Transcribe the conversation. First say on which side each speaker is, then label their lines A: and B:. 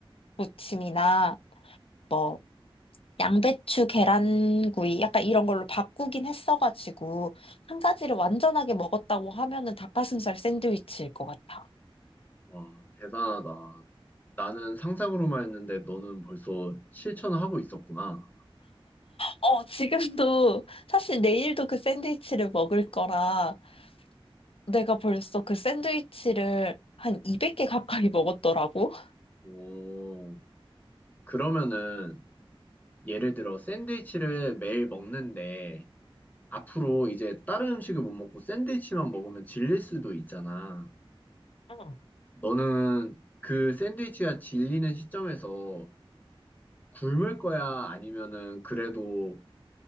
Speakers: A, on the left; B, on the left.
A: 무침이나 뭐 양배추 계란구이 약간 이런 걸로 바꾸긴 했어가지고 한 가지를 완전하게 먹었다고 하면은 닭가슴살 샌드위치일 것 같아.
B: 와, 대단하다. 나는 상상으로만 했는데, 너는 벌써 실천을 하고 있었구나.
A: 어, 지금도 사실 내일도 그 샌드위치를 먹을 거라 내가 벌써 그 샌드위치를 한 200개 가까이 먹었더라고.
B: 오, 그러면은, 예를 들어 샌드위치를 매일 먹는데 앞으로 이제 다른 음식을 못 먹고 샌드위치만 먹으면 질릴 수도 있잖아.
A: 응,
B: 너는 그 샌드위치가 질리는 시점에서 굶을 거야? 아니면은 그래도